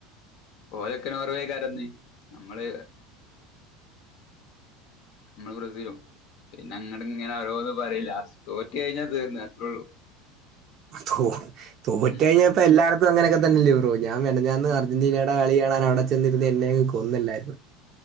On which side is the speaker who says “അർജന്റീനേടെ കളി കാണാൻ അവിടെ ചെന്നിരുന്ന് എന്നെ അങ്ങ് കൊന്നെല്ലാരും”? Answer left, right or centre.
Right